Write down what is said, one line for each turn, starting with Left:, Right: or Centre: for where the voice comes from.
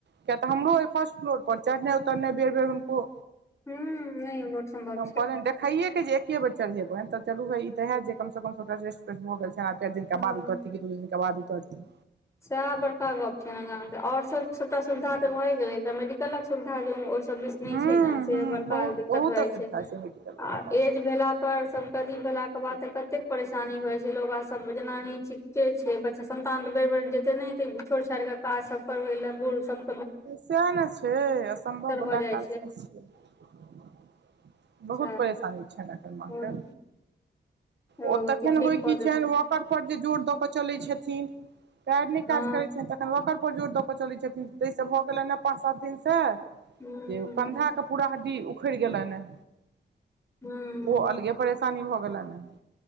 Right: किया तऽ हमरो फर्स्ट फ्लोर पर चढ़इ उतरनाइ बेर बेर हुनको
Left: हूँ नए बहुत सम्भव छै
Right: कहलन देखैइ एके जे एके बेर चढ़ेबनि तऽ चलू ह ई तऽ हैत जे कमसँ कम ओत स रेस्ट भऽ गेल छनि चार दिन का
Left: हँ
Right: बाद उतरती कि दू दिन का बाद उतरती थी
Left: सएह बड़का गप छै ने ग आओर सभ सभटा सुविधा तऽ भए गेलै एक मेडिकलक सुविधा जे <unintelligible>
Right: हूं हूं
Left: से बड़का
Right: बहुत
Left: दिक्कत
Right: बहुत
Left: भए
Right: असुविधा
Left: जाइ छै
Right: मेडिकल वला
Left: आ
Right: बाप
Left: एज भेल पर सब कदी भेला के बाद तऽ कतेक परेशानी होइ छै लोग आ सब जेना चिते छै बच्चा सब तह त बेरि बेर जेतै नहि एतै छोड़ि छाड़िकऽ काज सब करबै लए बुड़ सब
Right: सएह ने छै असम्भव बला
Left: भऽ जाइ
Right: काज सब छै <inaudible> बहुत
Left: सएह
Right: परेशानी छैन एखन माँ
Left: बहुत
Right: के
Left: भगवती
Right: ओ तखन
Left: ठीक
Right: होइ
Left: कऽ
Right: कि
Left: देथिन
Right: व पर जे जोर दऽ क चलैत छथिन त पैर नहि
Left: हँ
Right: काज करैत छथिन त <unintelligible> पर जोर दऽ कऽ चलैत छथिन त स भऽ गेले ने पाँच सात दिन से
Left: हूँ
Right: एगो कंधा के पूरा हड्डी उखड़ि गेलैन ह
Left: हूँ
Right: ओ अलगे परेशानी भऽ गेलन ह